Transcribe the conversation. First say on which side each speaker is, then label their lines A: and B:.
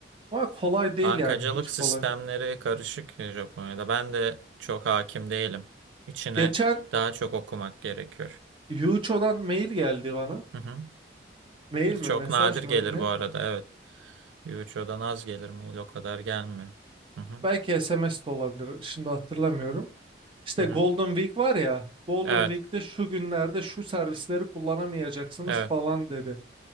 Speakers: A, on the right (about 25°); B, on the right (about 80°).
A: ama kolay değil
B: Bankacılık
A: yani hiç
B: sistemleri
A: kolay.
B: karışık Japonya'da. Ben de çok hakim değilim. İçine
A: Geçen
B: daha çok okumak gerekiyor.
A: Yuço'dan mail geldi bana
B: Hı-hı.
A: mail mi
B: Çok
A: mesaj
B: nadir
A: mı
B: gelir
A: ne
B: bu arada. Evet. Yuicho'dan az gelir mail o kadar gelmiyor. Hı-hı.
A: belki SMS de olabilir şimdi hatırlamıyorum. İşte
B: Hı-hı.
A: Golden Week var ya Golden
B: Evet.
A: Week'te şu günlerde şu servisleri kullanamayacaksınız
B: Evet.
A: falan dedi.